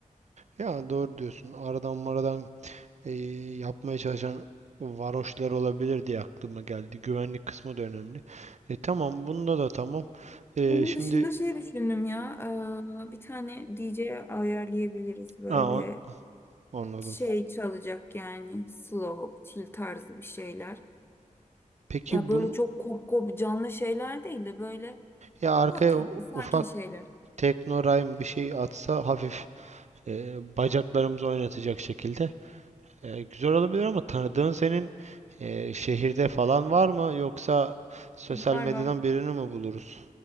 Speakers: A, on the right; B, on the left.
A: ya doğru diyorsun. Aradan maradan e, yapmaya çalışan varoşlar olabilir diye aklıma geldi. Güvenlik kısmı da önemli. E, tamam, bunda da tamam. E,
B: Bunun
A: şimdi
B: dışında şey düşündüm ya eee, bir tane DJ ayarlayabiliriz böyle
A: ha, o- anladım.
B: şey çalacak yani slow, chill tarzı bir şeyler.
A: Peki
B: Ya böyle
A: bun
B: çok kop kop canlı şeyler değil de böyle
A: ya arkaya
B: daha tatlı,
A: u-
B: sakin
A: ufak
B: şeyler.
A: teknorime bir şey atsa hafif e, bacaklarımızı oynatacak şekilde e, güzel olabilir ama tanıdığın senin e, şehirde falan var mı yoksa sosyal
B: Var
A: medyadan
B: var.
A: birini mi buluruz?